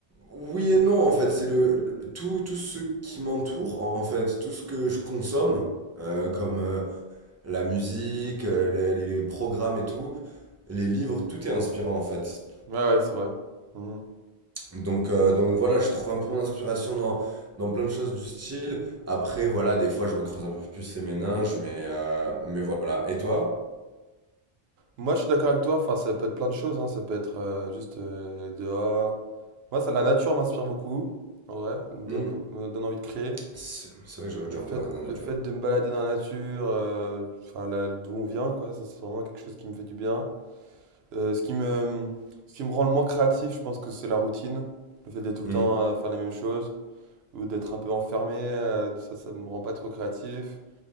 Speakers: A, on the right; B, on the right.
A: oui et non en fait, c'est le, le- tout, tout ce qui m'entoure en fait, tout ce que je consomme, euh, comme euh, la musique, euh, les, les- les programmes et tout, les livres, tout est inspirant en fait.
B: Ouais, ouais, c'est vrai. Mhm.
A: Donc, euh, donc voilà, je trouve un peu mon inspiration dans, dans plein de choses du style. Après, voilà, des fois je me creuse un peu plus les méninges, mais, euh, mais voilà. Et toi?
B: Moi, je suis d'accord avec toi. Enfin, ça peut être plein de choses. hein. Ça peut être euh, juste euh, dehors. Moi, ça, la nature m'inspire beaucoup, en vrai, elle me
A: Hmm.
B: donne, beau- me donne envie de créer.
A: C'est c'est vrai que j'aurais
B: Le
A: dû en
B: fait,
A: parler à la dernière
B: le
A: nature.
B: fait de me balader dans la nature, euh, enfin, la- d'où on vient, quoi, ça, c'est vraiment quelque chose qui me fait du bien. Euh, ce qui me, ce qui me rend le moins créatif, je pense que c'est la routine. Le fait d'être tout le
A: Hmm.
B: temps à faire les mêmes choses, ou d'être un peu enfermé, euh, ça, ça me rend pas trop créatif.